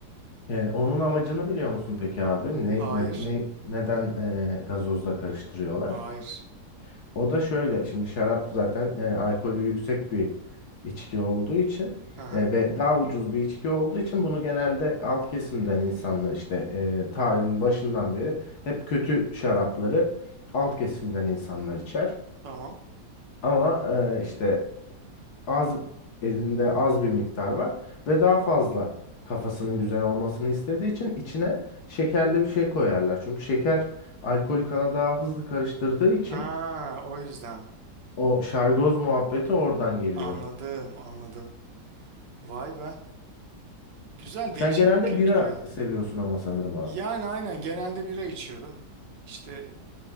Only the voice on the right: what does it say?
Hayır.
Hayır.
Hı hı.
Tamam.
Ha o yüzden.
Anladım anladım. Vay be. Güzel
değişik
bir kültür
ya.
Yani aynen genelde bira içiyorum. İşte